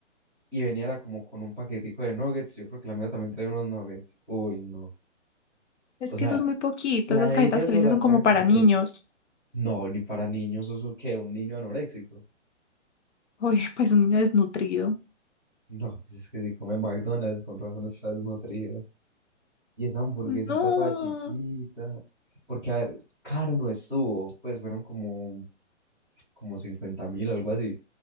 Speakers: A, in the centre; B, on the left.
A: y venía era como con un paquetico de nuggets. Yo creo que la mía también traía unos nuggets. Uy, no.
B: Es
A: O sea,
B: que eso es muy poquito.
A: la
B: Esas
A: de
B: cajitas
A: ella sola
B: felices son
A: traía
B: como
A: como
B: para niños.
A: tres. No, ni para niños, eso que un niño anoréxico.
B: Oye, <laughs> pues un niño desnutrido.
A: No, pues es que si come McDonald's, con razón está desnutrido. Y esa hamburguesita
B: No,
A: toda chiquita. Porque, a ver, caro no estuvo. Pues fueron como, como cincuenta mil, algo así.